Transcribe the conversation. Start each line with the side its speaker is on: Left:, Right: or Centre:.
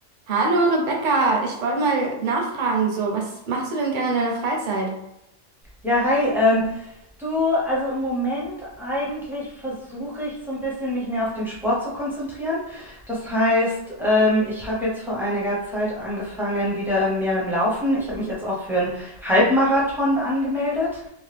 Right: Hallo Rebecca, ich wollte mal nachfragen, so, was machst du denn gerne in deiner Freizeit?
Centre: Ja, hi. Ähm, du, also im Moment eigentlich versuche ich so ein bisschen, mich mehr auf den Sport zu konzentrieren. Das heißt, ähm, ich habe jetzt vor einiger Zeit angefangen, wieder mehr mit dem Laufen. Ich habe mich jetzt auch für einen Halbmarathon angemeldet.